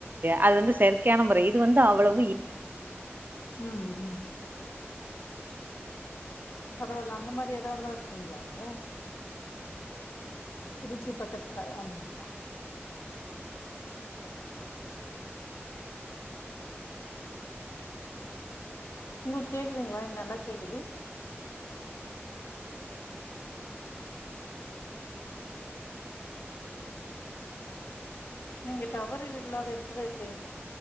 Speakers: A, on the right (about 45°); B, on the left (about 65°).
A: அது வந்து செயற்கையான முறை இது வந்து அவ்வளவு
B: ம் ம் பரவாயில்ல அந்த மாரி எடோ எல்லா இருக்குங்களா அங்க திருச்சி பக்கத்துல ஆமா ஆமா உங்களுக்கு கேக்குதுங்களா நல்லா கேக்குது நீங்க டவர் இல்லாத எடத்துல இருப்பீங்க